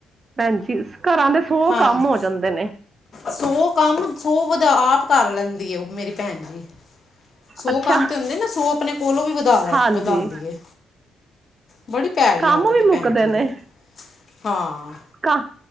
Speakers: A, on the right; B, on the left.
A: ਭੈਣ ਜੀ ਸੋ
B: ਹਾਂਜੀ
A: ਕੰਮ ਹੋ ਜਾਂਦੇ ਨੇ
B: ਸੌ ਕੰਮ ਸੋ ਵਧ ਆਪ ਕਰ ਲੈਂਦੀ ਹੈ ਉਹ ਮੇਰੀ ਭੈਣ ਜੀ ਸੌ
A: ਅੱਛਾ
B: ਕੰਮ ਤੇ ਹੁੰਦੇ ਨਾ ਸੌ ਆਪਣੇ ਕੋਲੋਂ ਵੀ ਵਧਾ ਲੈ
A: ਹਾਂਜੀ
B: ਵਧਾਉਂਦੀ ਹੈ। ਬੜੀ
A: ਕੰਮ
B: ਆਦਤ
A: ਵੀ
B: ਹੈ ਭੈਣ
A: ਮੁੱਕਦੇ
B: ਜੀ
A: ਨੇ
B: ਦੀ ਹਾਂ
A: ਕ